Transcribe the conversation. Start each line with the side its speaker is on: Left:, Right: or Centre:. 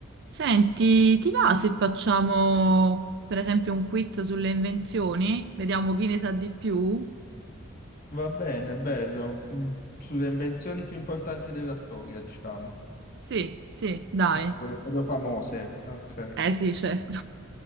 Right: Senti, ti va se facciamo per esempio un quiz sulle invenzioni? Vediamo chi ne sa di più?
Left: Va bene, bello. Mm, Sulle invenzioni più importanti della storia, diciamo.
Right: Sì, sì, dai.
Left: Ah, quelle proprio famose. Ok.
Right: Eh sì, certo.